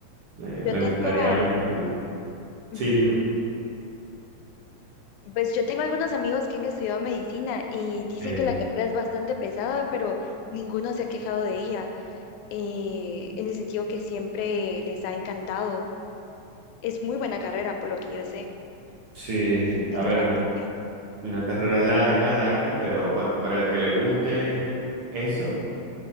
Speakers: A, on the right (about 60°); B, on the left (about 85°).
A: Me,
B: Yo
A: me
B: tengo,
A: gustaría, me gustaría.
B: Ujú.
A: Sí, dime.
B: Pues yo tengo algunos amigos que han estudiado medicina y dicen
A: Sí,
B: que la carrera es bastante pesada, pero ninguno se ha quejado de ella, eh, en el sentido que siempre les ha encantado. Es muy buena carrera, por lo que yo sé.
A: sí, sí.
B: satisfactoria.
A: A ver, es una Una carrera larga, larga, pero bueno, para el que le guste eso,